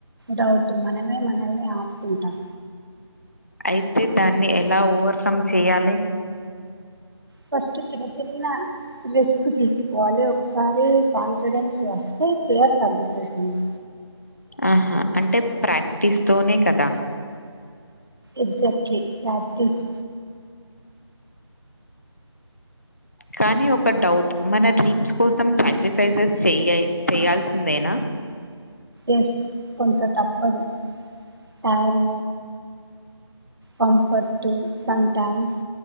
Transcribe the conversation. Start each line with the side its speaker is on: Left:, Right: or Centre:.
Right: డౌట్ మనమే మనల్ని ఆపుకుంటాం
Left: అయితే దాన్ని ఎలా ఓవర్కమ్ చెయాలి
Right: ఫస్ట్ చిన్న చిన్న రిస్క్ తీసుకోవాలి ఒకసారి కాన్ఫిడెన్స్ వస్తే కేర్ తగ్గిపోతుంది
Left: ఆహా అంటే ప్రాక్టీస్ తోనే కదా
Right: ఎక్జాక్ట్లీ ప్రాక్టీస్
Left: కానీ ఒక డౌట్ మన డ్రీమ్స్ కోసం సాక్రిఫైసెస్ చెయ చెయయాల్సిందేనా
Right: ఎస్ కొంత తాప్పు పడు టైమ కంఫర్ట్ స టైమ్స్